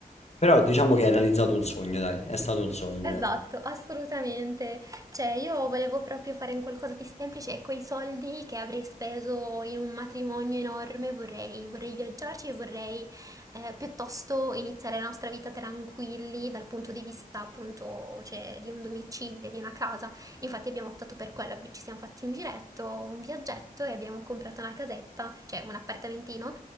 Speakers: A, on the left; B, on the right.
A: Però diciamo che hai realizzato un sogno, dai, è stato un sogno,
B: Esatto,
A: dai.
B: assolutamente. Cioè, io volevo proprio fare un qualcosa di semplice e quei soldi che avrei speso in un matrimonio enorme vorrei, vorrei viaggiarci e vorrei eh, piuttosto iniziare la nostra vita tranquilli dal punto di vista appunto, cioè, di un domicilio, di una casa. Infatti abbiamo optato per quello, ci siamo fatti un giretto, un viaggetto e abbiamo comprato una casetta, cioè un appartamentino